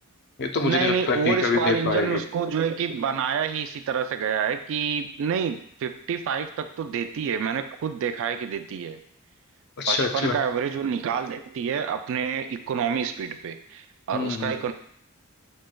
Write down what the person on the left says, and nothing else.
ये तो मुझे
नहीं लगता
कि कभी
दे
पाएगी
अच्छा
अच्छा
हम्म
हम्म